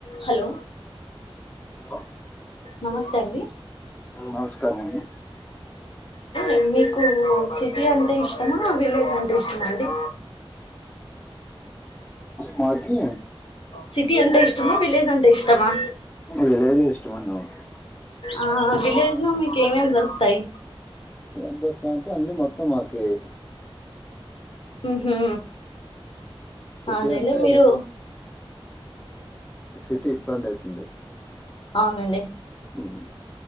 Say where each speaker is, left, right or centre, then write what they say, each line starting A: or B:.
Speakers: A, on the left (about 65°); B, on the left (about 15°).
A: హలో
B: హలో
A: నమస్తే అండి
B: నమస్కారం అండి
A: ఉ మీకు సిటీ అంటే ఇష్టమా విలేజ్ అంటే ఇష్టమా అండి
B: మాకీ
A: సిటీ అంటే ఇష్టమా విలేజ్ అంటే ఇష్టమా
B: విలేజ్ ఎ ఇష్టమండి నాకు
A: ఆ విలేజ్ లో మీకు ఏమే ఏమ్ దొరుకుతాయి
B: ఉండేటివి మాత్రం అన్ని మొత్తం దొరుకుతాయ్
A: ఉహు
B: సిటీ
A: అవును లెండి
B: అంటే
A: మీరు
B: సిటీ ఇబ్బంది అయితుంది
A: అవునండి
B: మ్మ్